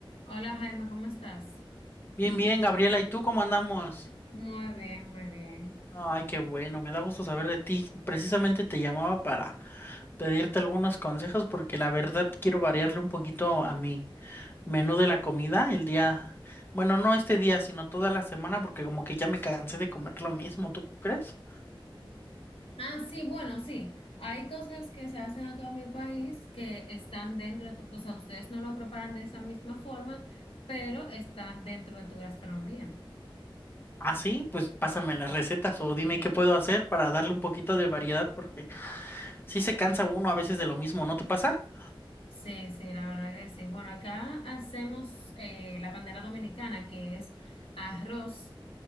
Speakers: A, on the left (about 85°); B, on the left (about 25°).
A: Hola Jaime, ¿cómo estás?
B: Bien, bien, Gabriela, ¿y tú cómo andamos?
A: Muy bien, muy bien.
B: Ay, qué bueno, me da gusto saber de ti. Precisamente te llamaba para pedirte algunos consejos porque la verdad quiero variarle un poquito a mi menú de la comida el día, bueno, no este día, sino toda la semana porque como que ya me cansé de comer lo mismo, ¿tú crees?
A: Ah, sí, bueno, sí. Hay cosas que se hacen acá en mi país que están dentro de tu- o sea, ustedes no lo preparan de esa misma forma, pero están dentro de tu gastronomía.
B: Ah, sí, pues pásame las recetas o dime
A: Sí.
B: qué puedo hacer para darle un poquito de variedad porque sí se cansa uno a veces de lo mismo, ¿no te pasa?
A: Sí, sí, la verdad que sí. Bueno, acá hacemos eh, la bandera dominicana, que es arroz,